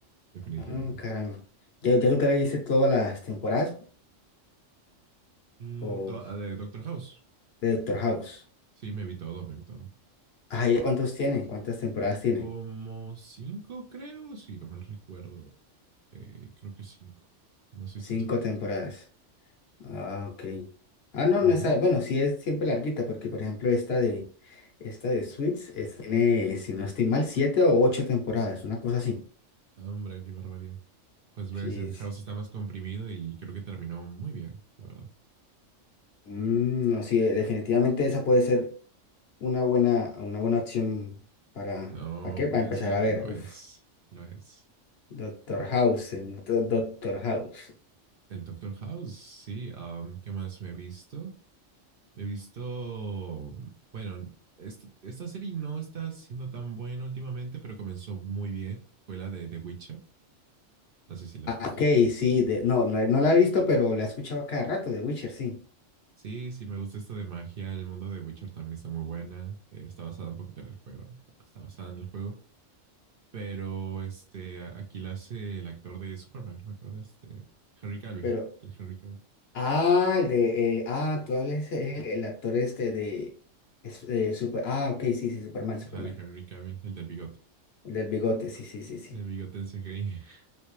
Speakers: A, on the right; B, on the left.
A: definitivamente.
B: Ah, caramba. ¿Ya, ya tú te le viste todas las temporadas?
A: Mm,
B: o
A: to- ah, de Doctor House.
B: de Doctor House.
A: Sí, me vi todo, me vi todo.
B: Ah, ¿y ¿cuántos tiene? ¿Cuántas temporadas tiene?
A: Como cinco, creo, si no mal recuerdo. Eh, creo que cinco. No estoy
B: Cinco
A: tan seguro.
B: temporadas. Ah, ok. Ah, no,
A: Ujú.
B: no está. Bueno, sí es siempre larguita, porque por ejemplo esta de esta de Suits es- tiene, si no estoy mal, siete o ocho temporadas, una cosa así.
A: Hombre, qué barbaridad. Pues
B: Sí.
A: ves, el
B: sí.
A: House está más comprimido y creo que terminó muy bien, la verdad.
B: Mm, no, sí, definitivamente esa puede ser una buena, una buena opción para,
A: No
B: ¿para qué?
A: puede
B: Para empezar
A: ser,
B: a ver.
A: lo
B: Uf,
A: es, lo es.
B: Doctor House, señor, Doctor House.
A: El Doctor House, sí. am, ¿qué más me he visto? He visto, bueno, este- esta serie no está siendo tan buena últimamente, pero comenzó muy bien. Fue la de The Witcher. No sé si la
B: Ah,
A: has visto.
B: ok, sí, de- no, no, no la he visto, pero la he escuchado a cada rato, de Witcher, sí.
A: Sí, sí, me gusta esto de magia. El mundo de Witcher también está muy buena. Eh, está basada un poquito en el juego, ¿no? Bueno, Está basada en el juego. Pero este, a- aquí la hace el actor de Superman, no me acuerdo, este, Henry Cavill.
B: Pero,
A: El Henry Cavill.
B: ah, el de, eh, ah, tú hablas, eh, el actor este de, es- eh, super, ah, ok, sí, sí, Superman,
A: Ajá,
B: Superman.
A: el Henry Cavill, el del bigote.
B: El del bigote, sí, sí, sí, sí.
A: El bigote en CGI. <laughs>